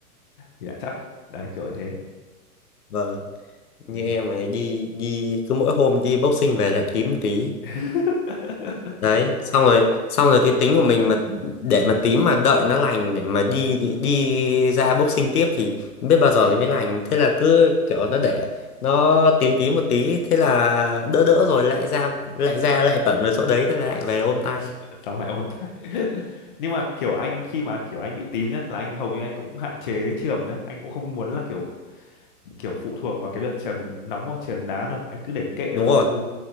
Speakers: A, on the left; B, on the left.
A: dạ chắc đấy kiểu như thế
B: vâng như
A: ừ.
B: em ấy đi đi cứ mỗi hôm đi boxing về lại tím một tí
A: <laughs>
B: đấy
A: Thôi,
B: xong rồi xong rồi cái tính của mình mà để mà tím mà đợi nó lành để mà đi đi, đi ra boxing tiếp thì biết bao giờ nó mới lành thế là cứ kiểu nó để nó tím tím một tí thế là đỡ đỡ rồi lại ra lại ra lại tẩn vào chỗ đấy thế là
A: <laughs>
B: lại về ôm tay
A: xong lại ôn lại <laughs> nhưng mà kiểu anh khi mà kiểu anh bị tím nhá là anh hầu như anh cũng hạn chế chườm nhá anh cũng không muốn là kiểu kiểu phụ thuộc vào cái việc chườm nóng hoặc chườm đá đâu anh cứ để kệ
B: đúng
A: thôi
B: rồi
A: chứ